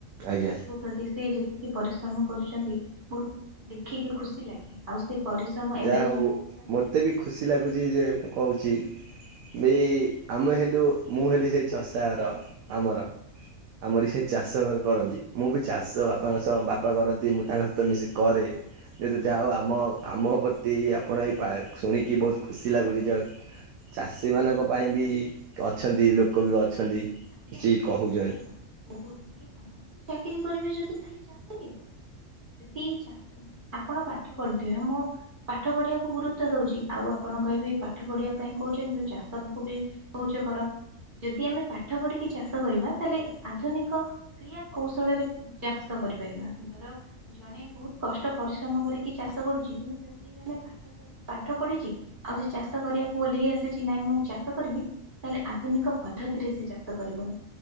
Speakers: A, on the right (about 85°); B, on the right (about 40°).
A: ଆଜ୍ଞା
B: ଏସବୁ ପ୍ରତି ସେ ଯେତ୍ ତିକି ପରିଶ୍ରମ କରୁଚନ୍ତି ବହୁତ ଦେଖିକି ଖୁସି ଲାଗେ। ଆଉ ସେ ପରିଶ୍ରମ
A: ଯା
B: ଏବେ
A: ହଉ
B: ଯେମିତି ପିଲାମାନେ
A: ମତେ ବି ଖୁସି ଲାଗୁଚି ଯେ ମୁଁ କହୁଚି ଦେଇ ଆମେ ହେଲୁ, ମୁଁ ହେଲି ସେ ଚଷାର ଆମର। ଆମରି ସେ ଚାଷ ଇ କରନ୍ତି ମୁଁ ବି ଚାଷ ବାପାଙ୍କ ସହ ବାପା କରନ୍ତି ମୁଁ ତାଙ୍କ ସହିତ ମିଶିକି କରେ। ଯେହେତୁ ଯାହା ହଉ ଆମ ଆମ ପତି ଆପଣ ଏଇ ପାକ୍ ଶୁଣିକି ବହୁତ ଖୁସି ଲାଗୁଚି ଯାଉତ୍ ଚାଷୀ ମାନଙ୍କ ପାଇଁ ବି ଅଛନ୍ତି ଲୋକ ବି ଅଛନ୍ତି।
B: ଆଜ୍ଞା
A: କିଛି
B: ବହୁତ
A: କହୁଛନ୍ତି
B: ସମ୍ମାନ ବହୁତ କି ସମ୍ମାନ। ଚାକିରି କରିବି ଯଦି ତାହେଲେ ଚାଷ କିଏ କରିବ? ଯଦି ଚା ଆପଣ ପାଠ ପଢିଥିବେ ମୁଁ ପାଠ ପଢିବାକୁ ଗୁରୁତ୍ଵ ଦଉଚି ଆଉ ଆପଣ ମୁଁ କହିବି ପାଠ ପଢିବା ପାଇଁ କହୁଚ କିନ୍ତୁ ଚାଷକୁ ବି କହୁଚ କର। ଯଦି ଆମେ ପା ପାଠ ପଢିକି ଚାଷ କରିବା ତାହେଲେ ଆଧୁନିକ କ୍ରିୟା କୌଶଳରେ ଚାଷ କରିପାରିବା। ଧର ଜଣେ ବହୁତ କଷ୍ଟ ପରିଶ୍ରମ କରିକି ଚାଷ କରୁଚି କିନ୍ତୁ ଯଦି ଜଣେ ପାଠ ପାଠ ପଢିଚି ଆଉ ସେ ଚାଷ କରିବାକୁ ଓହ୍ଲେଇ ଆସିଚି ନାଇଁ ମୁଁ ଚାଷ କରିବି ତାହେଲେ ଆଧୁନିକ ପଦ୍ଧତିରେ ସେ ଚାଷ ତ କରିବ।